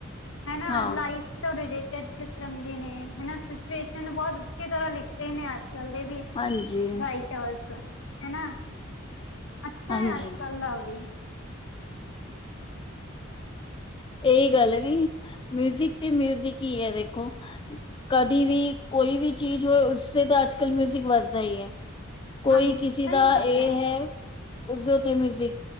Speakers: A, on the left (about 70°); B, on the left (about 25°).
A: ਹੈਨਾ
B: ਹਾਂ
A: ਲਾਈਵ। <unintelligible> ਚੰਗੇ ਨੇ ਹੈਨਾ, ਸਿਚੁਏਸ਼ਨ ਬਹੁਤ ਅੱਛੀ ਤਰ੍ਹਾਂ ਲਿਖਤੇ ਨੇ ਅੱਜ ਕੱਲ ਦੇ ਵੀ।
B: ਹਾਂਜੀ।
A: <unintelligible> ਹੈਨਾ, ਅੱਛਾ
B: ਹਾਂਜੀ
A: ਹੈ ਅੱਜ ਕੱਲ ਦਾ ਵੀ।
B: ਇਹੀ ਗੱਲ ਏ ਬਈ, ਮਿਊਜ਼ਿਕ ਤੇ ਮਿਊਜ਼ਿਕ ਹੀ ਹੈ ਦੇਖੋ। ਕਦੀ ਵੀ, ਕੋਈ ਵੀ ਚੀਜ਼ ਹੋਏ, ਉਸਸੇ ਤਾਂ ਅੱਜ ਕੱਲ੍ਹ ਮਿਊਜ਼ਿਕ ਵੱਜਦਾ ਹੀ ਐ। ਕੋਈ
A: ਹਾਂਜੀ
B: ਕਿਸੇ
A: ਸਹੀ
B: ਦਾ
A: ਗੱਲ
B: ਇਹ ਹੈ, ਉਸ <unintelligible> ਮਿਊਜਿਕ,